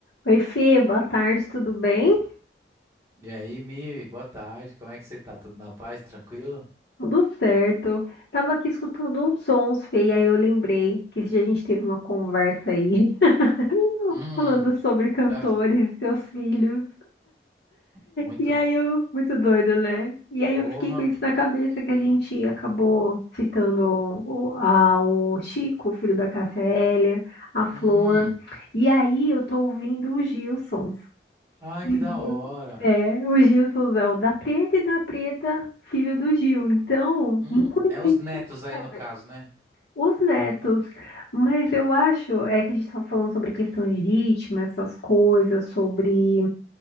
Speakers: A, on the left; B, on the right.
A: Oi, Fê, boa tarde, tudo bem?
B: E aí, Mi, boa tarde, como é que você tá? Tudo na paz, tranquilo?
A: Tudo certo. Tava aqui escutando uns sons, Fê, e aí eu lembrei que esse dia a gente teve uma conversa aí, <laughs>
B: Hum,
A: falando sobre cantores
B: tá
A: e seus filhos.
B: Muito.
A: E aí eu, muito doido, né? E aí
B: Orra.
A: eu fiquei com isso na cabeça que a gente acabou citando o, a- o Chico, o filho da Cássia Eller, a Flor.
B: hum,
A: E aí eu tô ouvindo o Gilson.
B: Ah,
A: O
B: que
A: Gil,
B: da hora.
A: é, o Gilson é o da Preta e da Preta, filho do Gil. Então,
B: hum,
A: muito
B: É os netos
A: interessante.
B: aí no caso, né?
A: Os netos. Mas eu acho, é que a gente estava falando sobre questão de ritmo, essas coisas, sobre